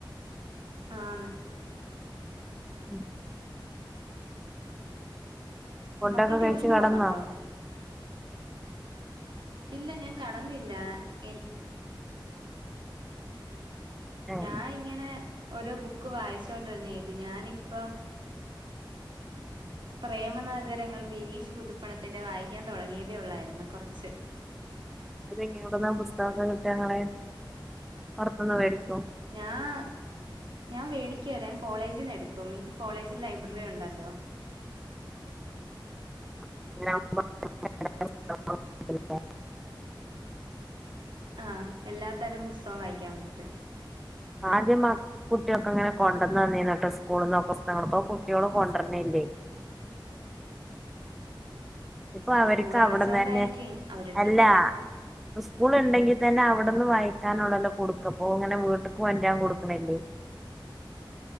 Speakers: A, on the right; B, in the centre.
A: ആന്ന്
B: ഉം ഫുഡൊക്കെ
A: മക്കൾ ട്യൂഷന്
B: കഴിച്ച് കെടന്നോ
A: പോന്നുണ്ടോ ഇല്ല ഞാൻ കെടന്നില്ല എൻ
B: ഏഹ്
A: ഞാ ഇങ്ങനെ ഓരോ ബുക്ക് വായിച്ചോണ്ടിരുന്നേത് ഞാനിപ്പം പ്രേമനഗരങ്ങൾ ബിനീഷ് പുതുപ്പണത്തിന്റെ വായിക്കാൻ തുടങ്ങിയതേള്ളായിരുന്നു കുറച്ച്
B: അത്ങ്ങേ എവിട്ന്ന പുസ്തകങ്ങള് കിട്ട ഇങ്ങളെ പൊറത്ത്ന്ന് വേടിക്കോ
A: ഞാൻ ഞാൻ വേടിക്കല്ലേ ഞാൻ കോളേജിൽന്ന് എടുക്കും എനിക്ക് കോളേജിൽ ലൈബ്രറി ഉണ്ടല്ലോ
B: <unintelligible>
A: ആഹ എല്ലാ തരം പുസ്തകം വായിക്കാൻ പറ്റും
B: ആദ്യം മക്ക കുട്ടിക്കെ ഇങ്ങനെ കൊണ്ടന്നെന്നിനി ട്ടോ സ്കൂളന്ന് പുസ്തങ്ങള ഇപ്പോ കുട്ട്യാളും കൊണ്ടര്ണില്ലേ ഇപ്പൊ അവർക്ക്
A: സ്കൂൾ അടച്ചോണ്ടായിരിക്കും
B: അവിടന്ന് തന്നെ
A: അവരടുത്ത്
B: അല്ല
A: പറ
B: സ്കൂൾ ഉണ്ടെങ്കിൽ തന്നെ അവിടന്ന് വായിക്കാനുള്ളല്ലോ കൊടുക്ക അപ്പൊ ഇങ്ങനെ വീട്ടക്ക് വറ്റൻ കൊടുക്കണല്ലേ